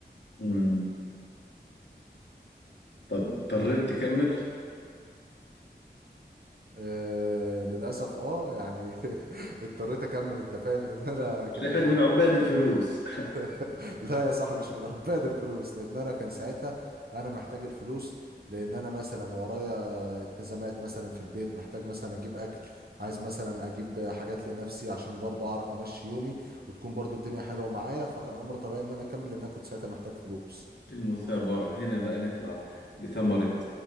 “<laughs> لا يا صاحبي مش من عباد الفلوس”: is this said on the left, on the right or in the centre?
Right